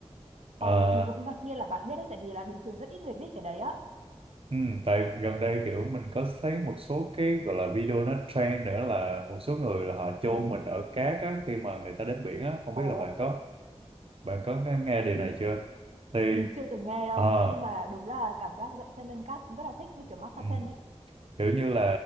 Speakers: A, on the right (about 55°); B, on the right (about 80°).
A: Ờ,
B: ờ mình cũng ngạc nhiên là bạn biết đấy tại vì là bình thường rất ít người biết cái đấy á
A: ừ, tại gần đây kiểu mình có thấy một số cái gọi là video nó trend nữa là một số người là họ chôn mình ở cát á, khi mà người ta đến biển á không
B: ồ
A: biết là bạn có bạn có nghe điều này chưa thì
B: mình chưa từng nghe đâu
A: ờ,
B: nhưng mà đúng là cảm giác dậm chân lên cát cũng rất là thích như kiểu massage
A: ừ.
B: chân ấy
A: kiểu như là